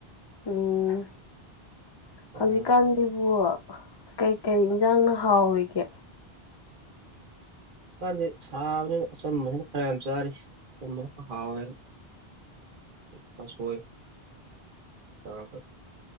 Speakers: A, on the left (about 30°); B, on the right (about 55°).
A: ꯎꯃ
B: ꯍꯧꯖꯤꯛꯀꯥꯟꯗꯤ
A: ꯍꯧꯖꯤꯛꯀꯥꯟꯁꯤꯕꯨ ꯀꯩꯀꯩ ꯏꯟꯁꯥꯡꯅ ꯍꯥꯎꯔꯤꯒꯦ
B: ꯀꯥꯟꯗꯤ ꯁꯥꯕꯅꯤꯅ ꯑꯆꯝꯕꯅꯤꯅ ꯈꯔ ꯌꯥꯝ ꯆꯥꯔꯤ ꯑꯆꯝꯕꯅ ꯍꯥꯎꯋꯦ ꯀꯥꯡꯁꯣꯏ
A: <inaudible>
B: ꯑ